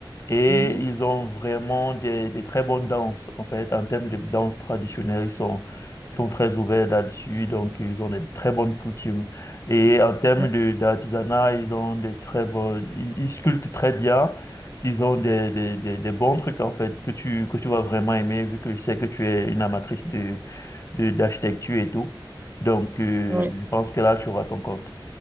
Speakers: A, on the left; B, on the right.
A: Et
B: mhm,
A: ils ont vraiment des, des très bonnes danses. En fait, en termes de danse traditionnelle, ils sont, ils sont très ouverts là-dessus. Donc, ils ont des très bonnes coutumes. Et en termes
B: mm,
A: de, d'artisanat, ils ont des très bonnes, ils, ils sculptent très bien. Ils ont des, des, des, des bons trucs, en fait, que tu, que tu vas vraiment aimer, vu que je sais que tu es une amatrice de, de, d'architecture et tout. Donc, euh,
B: Oui.
A: je pense que là, tu auras ton compte.